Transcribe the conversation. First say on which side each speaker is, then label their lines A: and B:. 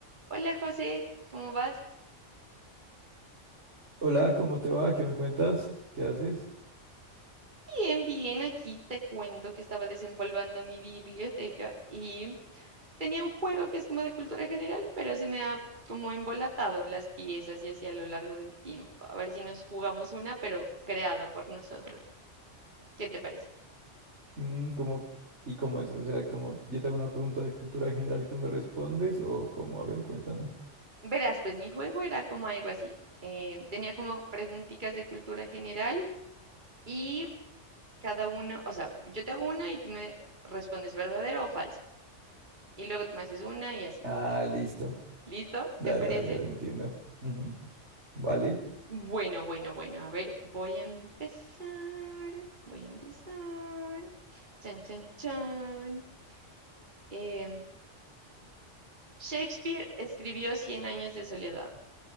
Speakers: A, on the right; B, on the right.
A: Hola José, ¿cómo vas?
B: Hola, ¿cómo te va? ¿Qué me cuentas? ¿Qué haces?
A: Bien, bien, aquí te cuento que estaba desempolvando mi biblioteca y tenía un juego que es como de cultura general, pero se me ha como embolatado en las piezas y así a lo largo del tiempo. A ver si nos jugamos una, pero creada por nosotros. ¿Qué te parece?
B: Mm, ¿cómo- y cómo es? O sea, como yo te hago una pregunta de cultura general y tú me respondes, o cómo, a ver, cuéntame.
A: Verás, pues mi juego era como algo así. eh, tenía como preguntitas de cultura general y cada uno, o sea, yo te hago una y tú me respondes verdadero o falso. Y luego tú me haces una y así.
B: Ah, listo.
A: ¿Listo?
B: Dale,
A: ¿Te parece?
B: dale, ya te entiendo. Ujú. Vale,
A: Bueno, bueno, bueno. A ver, voy a empezar. Voy a empezar. Chan, chan, chan. Em, Shakespeare escribió Cien años de soledad.